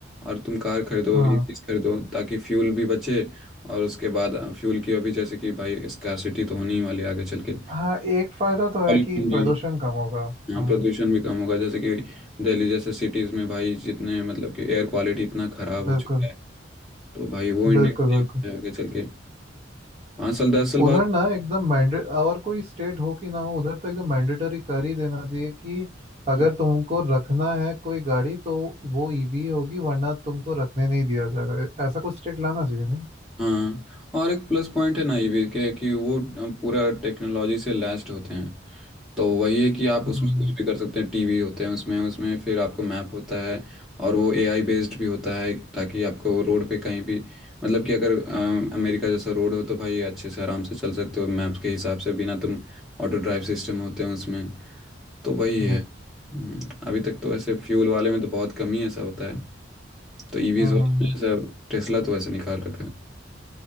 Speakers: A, in the centre; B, on the right (about 35°).
A: और तुम कार खरीदो
B: हाँ
A: ईवीज खरीदो ताकि फ्यूल भी बचे और उसके बाद फ्यूल की अभी जैसे कि भाई स्कार्सिटी तो होनी ही वाली है आगे चल के
B: हाँ एक फायदा तो
A: पॉल्यूशन
B: है कि
A: भी
B: प्रदूषण कम होगा
A: हाँ
B: हम्म
A: प्रदूषण भी कम होगा जैसे कि दिल्ली जैसे सिटीज़ में भाई जितने मतलब कि एयर क्वालिटी इतना ख़राब हो
B: बिल्कुल
A: चुका है तो भाई वो इंडेक्स
B: बिल्कुल बिल्कुल
A: आगे चल के पाँच साल दस साल
B: उधर ना एकदम मैंडे और कोई स्टेट हो कि ना हो उधर तो एकदम मैंडेटरी कर ही देना चाहिए कि
A: बाद
B: अगर तुमको रखना है कोई गाड़ी तो वो ईवी होगी वरना तुमको रखने नहीं दिया जाएगा ऐसा कुछ स्टेट लाना चाहिए नहीं
A: हाँ और एक प्लस पॉइंट है ना ईवी के कि वो अ, पूरा टेक्नोलॉजी से लैस्ड होते हैं तो वही है कि आप
B: हम्म
A: उसमें कुछ भी कर सकते हैं टीवी होते हैं उसमें उसमें फिर आपको मैप होता है और वो एआई बेस्ड भी होता है ताकि आपको रोड पे कहीं भी मतलब कि अगर अ, अमेरिका जैसा रोड हो तो भाई अच्छे से आराम से चल सकते हो मैप्स के हिसाब से बिना तुम ऑटो ड्राइव सिस्टम होते हैं उसमें तो वही
B: जी
A: है हम्म, अभी तक तो ऐसे फ्यूल वाले में तो बहुत कम ही ऐसा होता है तो ईवीज
B: हम्म
A: वाले
B: हम्म हम्म।
A: में ऐसा टेस्ला तो ऐसे निकाल रखा है